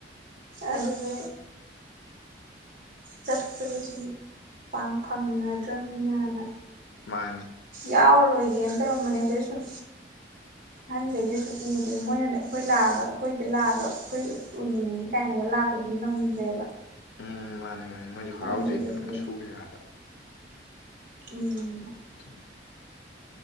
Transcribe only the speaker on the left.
ꯃꯥꯅ‌ꯦ
ꯎꯝ ꯃꯥꯅꯤ ꯃꯥꯅꯤ ꯃꯣꯏꯁꯨ ꯍꯔꯥꯎꯖꯩꯗꯅ
ꯃꯁꯨ ꯀꯩꯀꯥꯗ‌ꯣ
<unintelligible>